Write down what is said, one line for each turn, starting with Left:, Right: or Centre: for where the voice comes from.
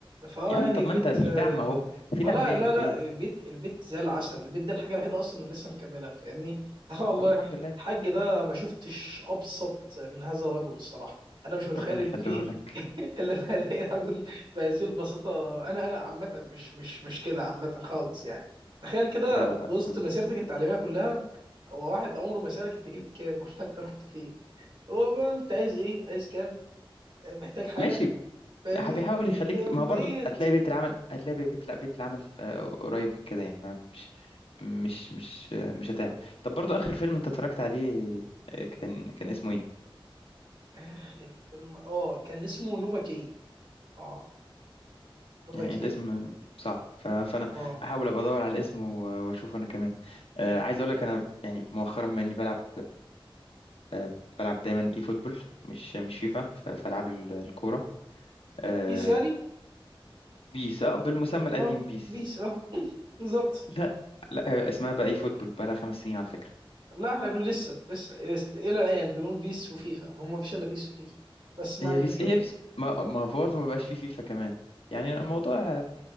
Right: فاه
Left: يا
Right: يعني
Left: عم طب
Right: البيت
Left: ما انت في
Right: اه
Left: دعم اهو في
Right: آه،
Left: دعم
Right: لا
Left: جاي
Right: لا
Left: من البيت
Right: لا البيت البيت زي العسل البيت ده الحاجه الوحيده اصلا اللي لسه مكمله فاهمني <laughs> اه والله
Left: طب الحمد لله
Right: الحاج ده ما شفتش ابسط من هذا الرجل الصراحه انا مش متخيل
Left: ربنا
Right: ان
Left: يخليه
Right: في
Left: لك
Right: <laughs> اللي انا الاقي رجل بهذه البساطه انا انا عامه مش مش مش كده عامه خالص يعني تخيل كده
Left: لا لا
Right: في
Left: لا
Right: وسط
Left: انت
Right: مسيرتك التعليميه كلها هو واحد عمره ما سألك انت جبت كام <laughs> ولا انت رحت فين هو بقى انت عايز ايه عايز كام آه، محتاج حاجة
Left: ماشي
Right: فاهمني
Left: بيحاول
Right: بكمية
Left: يخليك ما هو برضه هتلاقي بيت العمل هتلاقي بيت لا بيت العمل آه، قريب من كده يعني ما مش مش مش آه، مش هتعمل طب برضه آخر فيلم انت اتفرجت عليه آه، كان كان اسمه ايه
Right: اخر فيلم اه كان اسمه نوفا كين اه نوفا
Left: يعني
Right: كين
Left: الاسم صعب ف- فانا
Right: اه
Left: احاول ابقى ادور على الاسم و- واشوفه انا كمان آه،
Right: آه.
Left: عايز اقول لك انا يعني مؤخرا بما اني بلعب آه، بلعب دايما اي فوتبول مش مش فيفا ف- في العاب ال- الكوره آه،
Right: بيس يعني
Left: بيس اه بالمسمى القديم
Right: اه
Left: بيس
Right: بيس اه بالظبط
Left: لا لا آه، اسمها بقى اي فوتبول بقى لها خمس سنين على فكره
Right: لا احنا بنقول لسه لسه لسه الى الان بنقول بيس وفيفا هم مفيش الا بيس وفيفا بس ما
Left: هي
Right: علينا
Left: بيس
Right: كمان
Left: هي بيس ما ما هو برضه ما بقاش فيه فيفا كمان يعني الموضوع